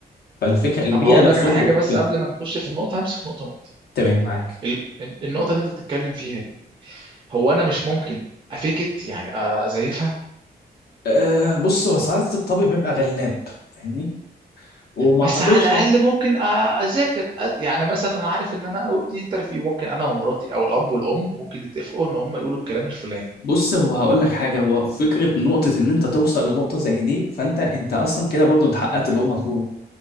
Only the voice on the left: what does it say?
فالفكره البيئه
نفسهم
ب...
ب...
تمام معاك
آه بص هو ساعات الطبع بيبقى غلاب فاهمني وما
اعتقدش
بص هو هقول لك حاجه هو فكره نقطه ان انت توصل لنقطه زي دي فانت انت اصلا كده برضو انت حققت اللي هو مطلوب